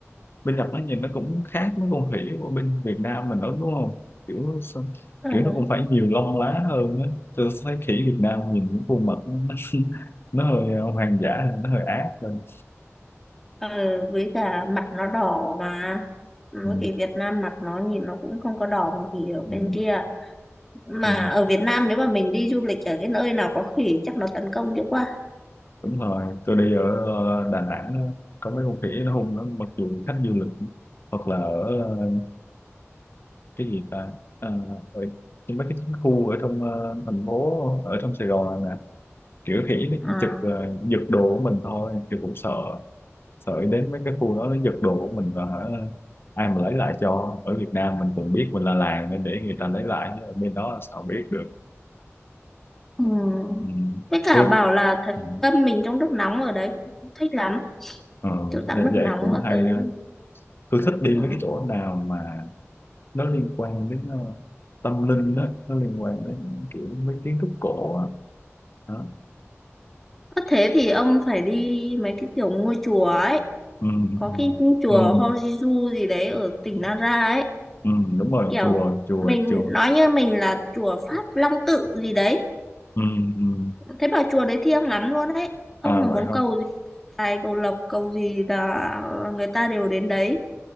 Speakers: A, on the left; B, in the centre.
A: bên Nhật nó nhìn nó cũng khác mấy con khỉ của bên Việt Nam mình đó đúng không kiểu sao-
B: ừ.
A: kiểu nó cũng phải nhiều lông lá hơn á tôi thấy khỉ Việt Nam nhìn những khuôn mặt nó, nó, <laughs> nó hơi ờ, hoang dã nó hơi ác hơn
B: Ờ, với cả mặt nó đỏ mà với
A: ừ.
B: cái Việt Nam mặt nó nhìn nó cũng không có đỏ mà khỉ ở
A: Ừ.
B: bên kia mà
A: Ừ.
B: ở Việt Nam nếu mà mình đi du lịch ở cái nơi nào có khỉ chắc nó tấn công dữ quá
A: Đúng rồi tôi đi ở ờ, Đà Nẵng á, có mấy con khỉ nó hung lắm mặc dù khách du lịch hoặc là ở ờ, cái gì ta à, ở nhưng mấy cái chiến khu ở trong ờ, thành phố ở trong Sài Gòn nè kiểu khỉ nó
B: à,
A: chỉ chụp ờ, giật đồ của mình thôi thì cũng sợ sợ đến mấy cái khu đó nó giật đồ của mình và hả, ai mà lấy lại cho ở Việt Nam mình còn biết mình là làng nên để người ta lấy lại chứ ở bên đó là sao biết được
B: ừ.
A: ừ.
B: với cả
A: tôi
B: bảo là thấy
A: ừ.
B: tâm mình trong lúc nóng ở đấy cũng thích lắm
A: Ờ,
B: kiểu tắm nước
A: vậy
B: nóng
A: cũng
B: các
A: hay
B: thứ
A: ha. tôi thích đi
B: ừ.
A: mấy cái chỗ nào mà nó liên quan đến ờ, tâm linh đó nó liên quan đến kiểu mấy kiến trúc cổ á Đó.
B: có thế thì ông phải đi mấy cái kiểu ngôi chùa ấy
A: ừ,
B: có cái chùa
A: ừ, ừ,
B: Horizu gì đấy ở tỉnh Nara ấy
A: ừ, đúng rồi
B: kiểu
A: chùa chùa
B: mình
A: chùa
B: nói như mình là chùa Pháp Long Tự gì đấy
A: ừ, ừ.
B: thế bảo chùa đấy thiêng lắm luôn đấy ông
A: à
B: mà
A: vậy
B: muốn
A: không
B: cầu gì tài cầu lộc cầu gì là người ta đều đến đấy